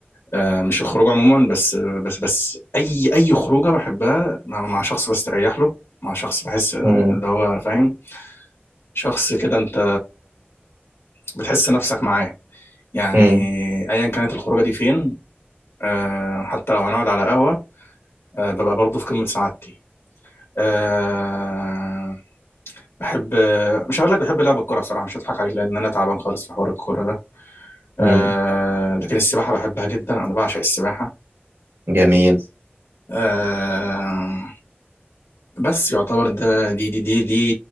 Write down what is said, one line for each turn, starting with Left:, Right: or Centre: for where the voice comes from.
Left: آه، مش الخروج عموما بس بس بس اي اي خروجه بحبها مع, مع شخص بستريح له مع شخص بحس
Right: مم.
Left: اللي هو فاهم شخص كده انت بتحس نفسك معاه يعني
Right: مم.
Left: ايا كانت الخروجه دي فين آه، حتى لو هنقعد على قهوه آه، ببقى برضه في قمه سعادتي آه، بحب مش هقول لك بحب لعب الكوره بصراحه مش هضحك عليك لان انا تعبان خالص في حوار الكوره ده آه،
Right: مم.
Left: لكن السباحه بحبها جدا انا بعشق السباحه
Right: جميل
Left: آه، بس يعتبر ده دي دي دي دي